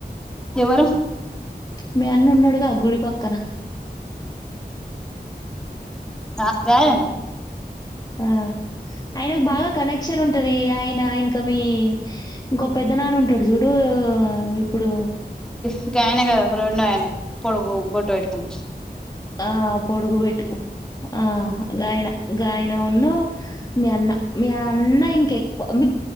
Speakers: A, in the centre; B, on the left.
A: ఎవరు
B: మీ అన్న ఉన్నాడుగా గుడి పక్కన
A: ఆ గాయనేన
B: ఆ ఆయనకు బాగా కనెక్షన్ ఉంటది ఆయన ఇంకా మీ ఇంకో పెద్ద నాన్న ఉంటాడు చూడు ఇప్పుడు
A: గగాయన క రొండో ఆయనా పొడుగు బొట్టు పెట్టుకున
B: ఆ పొడుగు పెట్టుకు ఆ గాయనా గాయనా ఉన్నా మీ అన్న మీ అన్న ఇంకెక్కువ మీ